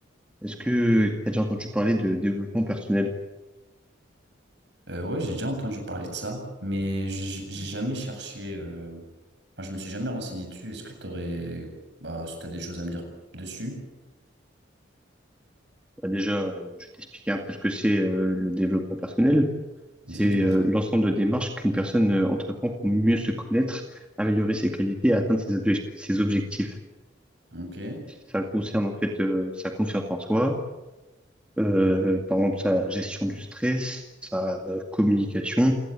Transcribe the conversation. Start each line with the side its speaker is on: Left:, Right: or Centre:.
Centre: Est-ce que tu as déjà entendu parler de développement personnel?
Right: Euh, ouais, j'ai déjà entendu parler de ça, mais j'ai j'ai jamais cherché. euh, Enfin, je me suis jamais renseigné dessus. Est-ce que t'aurais, bah, si t'as des choses à me dire dessus,
Centre: Bah, déjà, euh, je vais t'expliquer un peu ce que c'est euh, le développement personnel.
Right: vas-y,
Centre: C'est
Right: dis-moi
Centre: euh,
Right: tout.
Centre: l'ensemble de démarches qu'une personne euh, entreprend pour mieux se connaître, améliorer ses qualités et atteindre ses, obje- ses objectifs.
Right: Ok,
Centre: Ça concerne en fait euh, sa confiance en soi euh, par exemple sa gestion du stress, sa euh, communication,